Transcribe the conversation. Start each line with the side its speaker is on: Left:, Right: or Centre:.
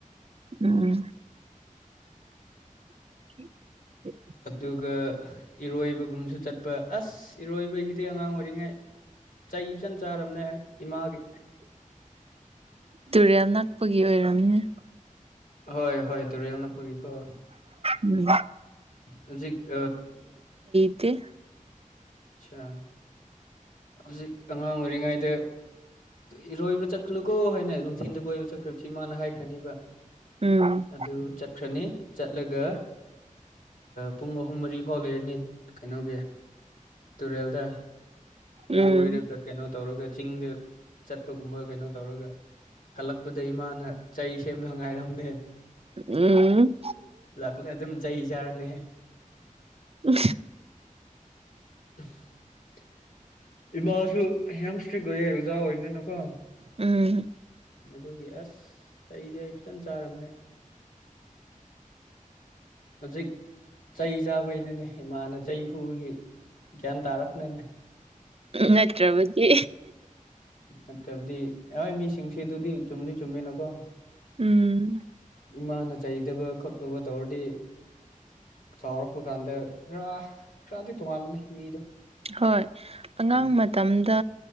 Right: ꯎꯝ <inaudible>
Left: ꯑꯗꯨꯒ ꯏꯔꯣꯏꯕꯒꯨꯝꯁꯨ ꯆꯠꯄ ꯑꯁ ꯏꯔꯣꯏꯕꯒꯤꯗꯤ ꯑꯉꯥꯡ ꯑꯣꯏꯔꯤꯉꯩ ꯆꯩ ꯐꯖꯅ ꯆꯥꯔꯕꯅꯦ ꯑꯩ ꯏꯃꯥꯒꯤ
Right: ꯇꯨꯔꯦꯜ ꯅꯛꯄꯒꯤ ꯑꯣꯏꯔꯝꯅꯦ
Left: ꯍꯣꯏ ꯍꯣꯏ ꯇꯨꯔꯦꯜꯅꯅꯥꯄꯒꯤꯀꯣ
Right: ꯎꯝ
Left: ꯍꯧꯖꯤꯛ
Right: ꯀꯤ
Left: ꯑꯆꯥ ꯍꯧꯖꯤꯛ ꯑꯉꯥꯡ ꯑꯣꯏꯔꯤꯉꯩꯗ ꯏꯔꯣꯏꯕ ꯆꯠꯀꯅꯨꯀꯣ ꯍꯥꯏꯅ ꯅꯨꯡꯊꯤꯤꯟꯗ ꯀꯣꯏꯕ ꯆꯠꯈ꯭ꯔꯕꯁꯤ ꯏꯃꯥꯅ ꯍꯥꯏꯈ꯭ꯔꯅꯤꯕ
Right: ꯎꯝ
Left: ꯑꯗꯨ ꯆꯠ ꯆꯠꯈ꯭ꯔꯅꯤ ꯆꯠꯂꯒ ꯄꯨꯡ ꯑꯍꯨꯝ ꯃꯔꯤ ꯐꯥꯎ ꯂꯩꯔꯅꯤ ꯀꯩꯅꯣꯒꯤ ꯇꯨꯔꯦꯜꯗ
Right: ꯎꯝ
Left: ꯏꯔꯣꯏꯔꯒ ꯀꯩꯅꯣ ꯇꯧꯔꯒ ꯆꯤꯡꯗ ꯆꯠꯄꯒꯨꯝꯕ ꯀꯩꯅꯣ ꯇꯧꯔꯒ ꯍꯜꯂꯛꯄꯗ ꯏꯃꯥꯅ ꯆꯩ ꯁꯦꯝꯗ ꯉꯥꯏꯔꯝꯗ
Right: ꯎꯝ
Left: ꯂꯥꯛꯂ ꯑꯗꯨꯝ ꯆꯩ ꯆꯥꯔꯅꯤ
Right: ꯎ
Left: <inaudible> ꯏꯃꯥꯁꯨ ꯌꯥꯝ ꯏꯁꯇ꯭ꯔꯤꯛ ꯑꯣꯏꯌꯦꯏ ꯑꯣꯖꯥ ꯑꯣꯏꯔꯤꯒꯅꯨꯀꯣ
Right: ꯎꯝ
Left: ꯑꯗꯨꯒꯤ ꯑꯁ ꯆꯩꯗꯤ ꯑꯩ ꯐꯖꯅ ꯆꯥꯔꯝꯅꯦ ꯍꯧꯖꯤꯛ ꯆꯩ ꯆꯥꯕꯩꯅꯅꯦ ꯏꯃꯥꯅ ꯆꯩ ꯐꯨꯕꯒꯤ ꯒ꯭ꯌꯥꯟ ꯇꯥꯔꯛꯅꯅꯦ
Right: ꯅꯠꯇ꯭ꯔꯕꯗꯤ
Left: ꯅꯠꯇ꯭ꯔꯕꯗꯤ ꯍꯣꯏ ꯃꯤꯁꯤꯡꯁꯤꯗꯨꯗꯤ ꯆꯨꯝꯗꯤ ꯆꯨꯝꯃꯤꯅꯀꯣ
Right: ꯎꯝ
Left: ꯏꯃꯥꯅ ꯆꯩꯗꯕ ꯈꯣꯠꯇꯕ ꯇꯧꯔꯗꯤ ꯆꯥꯎꯔꯛꯄ ꯀꯥꯟꯗ ꯈꯔ ꯈꯔꯗꯤ ꯇꯣꯉꯥꯟꯥꯟꯕꯅꯦ ꯃꯤꯗꯣ
Right: ꯍꯣꯏ ꯑꯉꯥꯡ
Left: ꯎꯝ
Right: ꯃꯇꯝꯗ